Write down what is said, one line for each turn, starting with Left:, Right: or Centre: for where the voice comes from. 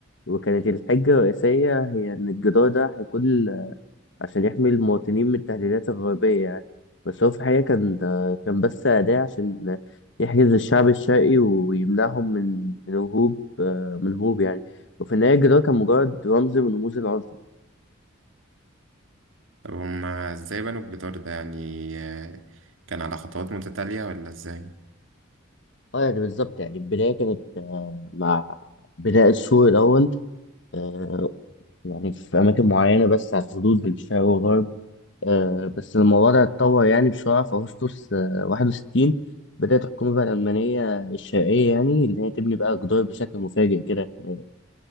Left: وكانت الحجة الرئيسية هي إن الجدار ده هيكون عشان يحمي المواطنين من التهديدات الغربية يعني بس هو في الحقيقة كان كان بس أداة عشان يحجز الشعب الشرقي ويمنعهم من من هروب من هروب يعني وفي النهاية الجدار كان مجرد رمز من رموز العزلة
Right: طب هم إزاي بنوا الجدار ده يعني آه، كان على خطوات متتالية ولا إزاي؟
Left: اه يعني بالظبط يعني البداية كانت آه، مع بناء السور الأول آه، يعني في أماكن معينة بس على الحدود بين الشرق والغرب آه، بس الموضوع ده اتطور يعني بسرعة في أغسطس آه، 61 بدأت الحكومة بقى الألمانية الشرقية يعني اللي هي تبني بقى جدار بشكل مفاجئ كده آه،